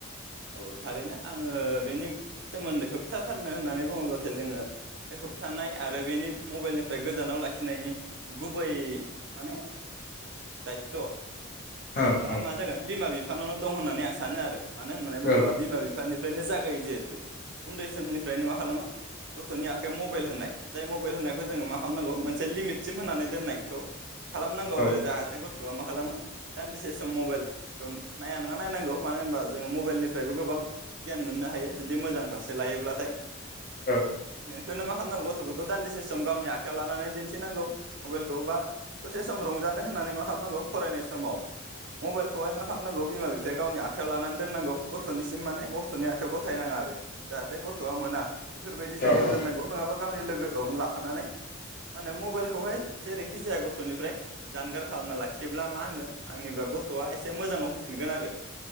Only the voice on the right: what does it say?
औ थारैनो आङो बेनि सोमोन्दै होबथा थारनो होननानै बुङोब्लाथाय जोङो बे होबथानाय आरो बेनि मबेइलनिफ्राय गोजानाव लाखिनायनि गुबै माने दायथ
बा
मा जागोन बिमा बिफानाव दं होननानै आं सानो आरो। मानो होननानै बुङोब्ला
बिमा बिफानिफ्रायनो जागायो जे <inaudible> उन्दै सोमनिफ्रायनो मा खालामो गथनि आखाइयाव मबेल होनाय जाय मबेइल होनायखौ जोङो मा खालामनांगौ मोन मोनसे लिमिटसिम होननानै दोननायखौ खालामनांगौ
आरो जाहाथे गथ'आ मा खालामो दान्दिसे सम मबेल खौ नाया नोङा नायनांगौ मानो होनबा जोङो मबेलनिफ्रायबो गोबां गियान मोननो हायो जुदि मोजां फारसे लायोब्लाथाय
बेखौनो मा खालामनांगौ गथ'फोरखौ दान्दिसे सम गावनि आखाइायाव लानानै दिन्थिनांगौ। मबेलखौ बा दसे सम रंजानो होनानै मा खालामनांगौ फरायनाय समाव मबेलखौहाय मा खालामनांगौ बिमा बिफाया गावनि आखाइयाव लानान दोननांगौ गथ'निसिम माने गथ'नि आखाइयाव गथायनाङा आरो जाहाथे गथ'आ मोना बेफोरबायदि
जायगायाव दोनांगौ नोङाबा गावनि लोगोयावनो लाफानानै मा होनो मबेलखौहाय जेरैखि जाया गथ'निफ्राय जानगार खालामना लाखियोब्ला मा होनगोन आंनिबा गथ'आ एसे मोजाङाव फैफिनगोन आरो